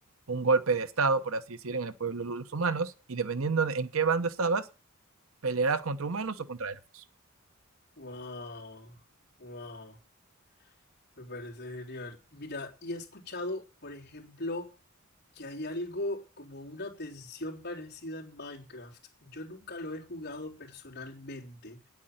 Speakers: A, on the right; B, on the left.
A: un golpe de estado, por así decir, en el pueblo de los humanos, y dependiendo de en qué bando estabas, pelearás contra humanos o contra elfos.
B: Wow. Wow. Me parece genial. Mira, y he escuchado, por ejemplo, que hay algo como una tensión parecida en Minecraft. Yo nunca lo he jugado personalmente,